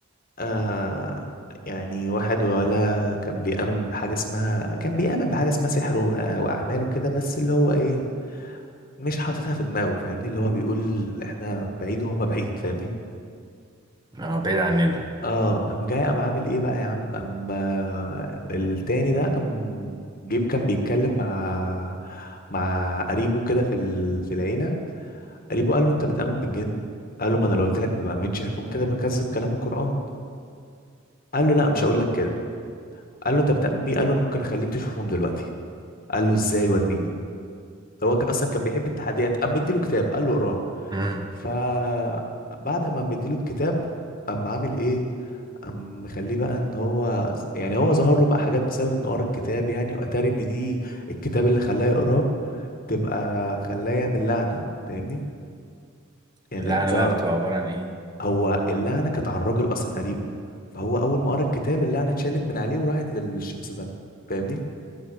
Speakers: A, on the left; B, on the right.
A: آه يعني واحد ولا كان بيؤمن بحاجه اسمها كان بيؤمن بحاجه اسمها سحر و- آه، واعمال وكده بس اللي هو ايه مش حاططها في دماغه فاهمني اللي هو بيقول احنا بعيد وهم بعيد فاهمني
B: اه بعيد عننا
A: اه قام جاي قام عامل ايه بقى يا عم قام آه، التاني ده قام جيب كان بيتكلم مع مع قريبه كده في ال... في العيله قريبه قال له انت بتؤمن بالجن قال له ما انا لو قلت لك ما بامنش هكون كده بكذب كلام القران قال له لا مش هقول لك كده قال له انت بتؤمن بيه قال له انا ممكن اخليك تشوفهم دلوقتي قال له ازاي وريني هو ك- اصلا كان بيحب التحديات قام مديله كتاب قال له اقراه
B: امم
A: فبعد ما مديله الكتاب قام عامل ايه قام مخليه بقى ان هو ز- يعني هو ظهر له بقى حاجات بسبب انه قرا الكتاب يعني واتاري ان دي الكتاب اللي خلاه يقراه تبقى خلاه يعمل لعنه فاهمني يعني
B: اللعنة
A: ظ-
B: بقى بتبقى عبارة عن ايه
A: هو اللعنه كانت على الراجل اصلا قريبه فهو اول ما قرا الكتاب اللعنه اتشالت من عليه وراحت للشخص ده فاهمني